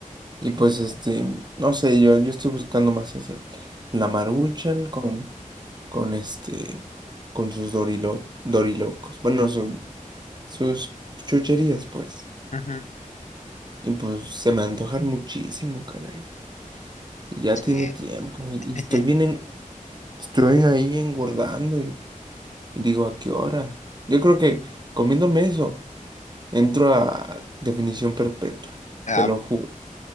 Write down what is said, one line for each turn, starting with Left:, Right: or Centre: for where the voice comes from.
Right: y pues este, no sé, yo, yo estoy buscando más eso. La Maruchan con, con este, con sus dorilo- dorilocos. Bueno, su- sus chucherías, pues.
Left: Ujú.
Right: Y pues se me antojan muchísimo, caray. Y ya
Left: Sí.
Right: tiene tiempo y, y
Left: <laughs>
Right: estoy bien, en- estoy ahí engordando y, y digo, ¿a qué horas? Yo creo que comiéndome eso, entro a definición perpetua,
Left: Ah,
Right: te lo juro.